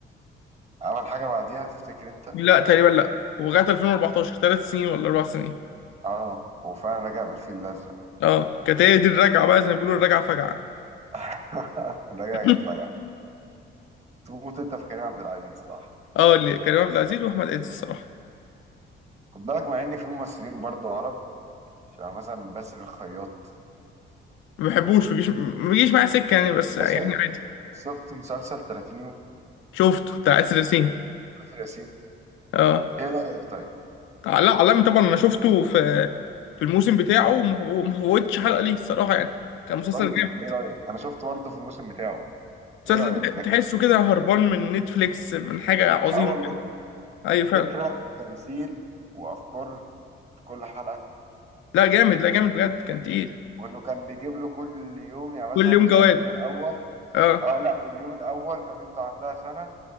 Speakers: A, on the right; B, on the left.
A: عمل حاجه بعديها تفتكر انت
B: لا تقريبا لا ولغايه 2014 ثلاث سنين ولا اربع سنين
A: اه وفعلا رجع بالفيل الازرق
B: اه كانت هي دي الرجعه بقى زي ما بيقولوا الرجعه فجعه
A: <laughs> رجع
B: <laughs>
A: كانت فجأة تموت انت في كريم عبد العزيز صح
B: اه اللي كريم عبد العزيز واحمد عز الصراحه
A: خد بالك مع ان في ممثلين برضو عرب شبه مثلا باسل الخياط
B: ما بحبوش ما بيجيش ما بيجيش معايا سكه يعني بس
A: باشا
B: يعني عادي
A: شفت مسلسل 30 يوم
B: شفته بتاع اسر ياسين
A: باسل ياسين
B: اه
A: ايه رايك طيب
B: لا علامي طبعا انا شفته في في الموسم بتاعه وما وما فوتش حلقه ليه الصراحه يعني كان مسلسل
A: طيب
B: جامد
A: ايه رايك انا شفت برضه في الموسم بتاعه ايه
B: مسلسل
A: رايك ده
B: تحسه
A: كده
B: كده هربان من نتفليكس من حاجه عظيمه
A: اه والله
B: كده ايوه
A: ك-
B: فعلا
A: فكره وتمثيل وافكار في كل حلقه
B: لا جامد لا جامد بجد كان تقيل
A: وانه كان بيجيب له كل يوم يعني مثلا
B: كل يوم
A: مش
B: جواد
A: عارف اليوم الاول
B: اه
A: اه لا واليوم الاول فبنته عندها سنه